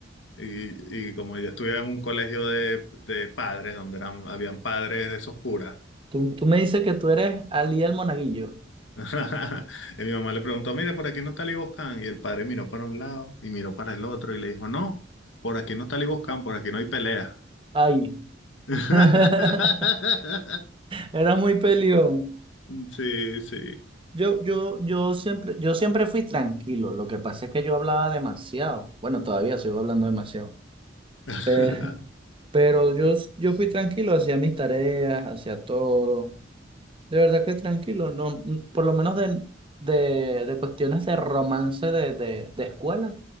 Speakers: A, on the left (about 80°); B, on the right (about 30°).
A: Y, y como yo estudiaba en un colegio de, de padres, donde eran, habían padres de esos curas,
B: tú, tú me dices que tú eres Ali el Monaguillo.
A: <laughs> y mi mamá le preguntó, mire, por aquí no está Liboscan. Y el padre miró para un lado y miró para el otro y le dijo, no, por aquí no está Liboscan, por aquí no hay pelea.
B: Ay.
A: <laughs>
B: <laughs> Eras muy peleón.
A: Sí, sí.
B: Yo, yo, yo siempre, yo siempre fui tranquilo. Lo que pasa es que yo hablaba demasiado. Bueno, todavía sigo hablando demasiado.
A: <laughs>
B: Pero, pero yo, s- yo fui tranquilo, hacía mis tareas, hacía todo. De verdad que tranquilo. No, mm, por lo menos de, de, de cuestiones de romance de, de, de escuela.